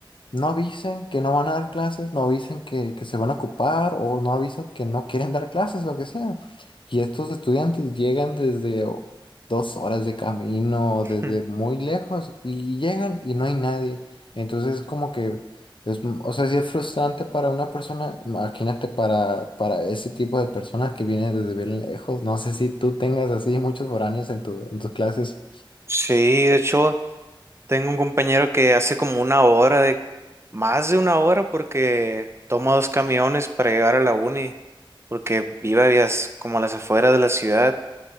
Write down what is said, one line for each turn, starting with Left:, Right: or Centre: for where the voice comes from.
Left: No avisen que no van a dar clases, no avisen que, que se van a ocupar o no avisan que no quieren dar clases, lo que sea. Y estos estudiantes llegan desde o- dos horas de camino, desde
Right: Mm.
Left: muy lejos, y llegan y no hay nadie. Entonces es como que, es, m- o sea, sí es frustrante para una persona, imagínate para, para ese tipo de personas que vienen desde bien lejos. No sé si tú tengas así muchos foráneos en tu, en tus clases.
Right: Sí, de hecho. Tengo un compañero que hace como una hora de, más de una hora porque toma dos camiones para llegar a la uni, porque vive vías como a las afueras de la ciudad.